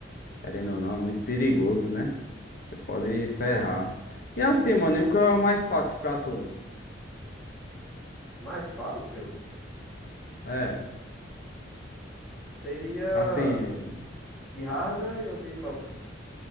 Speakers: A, on the left; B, in the centre.
A: Querendo ou não, é muito perigoso, né? Você pode ferrar. E assim, mano, e o que é o mais fácil pra tu?
B: O Mais fácil
A: É,
B: seria
A: assim,
B: de hardware ou de software?